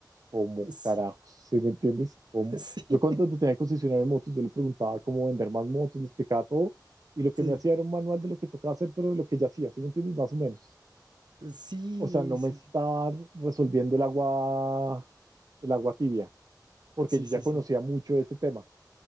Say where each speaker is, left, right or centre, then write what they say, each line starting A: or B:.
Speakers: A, on the right; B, on the right.
A: Como
B: Sí,
A: carajos, ¿sí me entiendes? Como
B: sí,
A: Yo cuando tenía el concesionario de motos, yo le preguntaba cómo vender más motos, le explicaba todo, y lo que
B: sí,
A: me hacía era un manual de lo que tocaba hacer, pero de lo que ya hacía, ¿sí me entiendes? Más o menos.
B: sí,
A: O sea, no me
B: sí,
A: estaba resolviendo el agua, el agua tibia, porque
B: Sí,
A: yo ya
B: sí,
A: conocía
B: sí.
A: mucho de este tema,